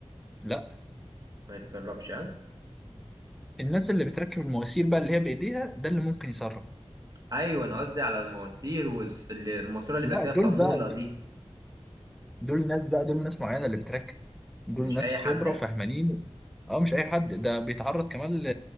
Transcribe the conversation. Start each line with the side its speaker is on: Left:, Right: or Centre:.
Centre: لا
Right: ما يتسربش ها
Centre: الناس اللي بتركب المواسير بقى اللي هي بايديها ده اللي ممكن يسرق
Right: ايوه انا قصدي على المواسير والماسوره اللي
Centre: لا
Right: بيبقى فيها صاموله
Centre: دول بقى
Right: دي
Centre: دول ناس بقى دول ناس معينه اللي بتركب دول
Right: مش
Centre: ناس
Right: اي حد
Centre: خبره
Right: ها؟
Centre: وفهمانين اه مش اي حد ده بيتعرض كمان ل...